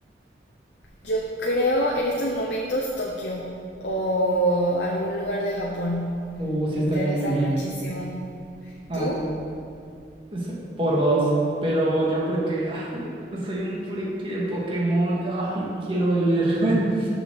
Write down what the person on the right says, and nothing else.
uh, sí
estaría
muy bien.
Ah,
es- por dos, pero yo porque ah, yo soy un friki de Pokémon, ay, quiero ir. <laughs>